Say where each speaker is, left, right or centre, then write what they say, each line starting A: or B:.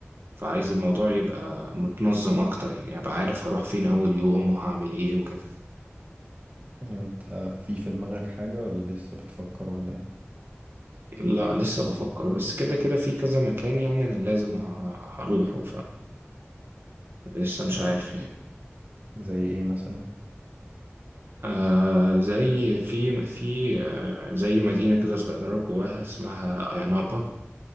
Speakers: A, on the right; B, on the right.
A: فعايز الموضوع يبقى متنظم أكتر يعني أبقى عارف هروح فين أول يوم وهعمل إيه وكده
B: إيه؟ يعني انت في في دماغك حاجة ولا لسه بتفكر ولا ايه
A: لا لسه بفكر بس كده كده في كذا مكان يعني أنا لازم ه- هروحه فلسه مش
B: إيه
A: عارف يعني
B: زي زي ايه مثلا
A: آه زي في في آه زي مدينة كده صغيرة جواها اسمها أيانابا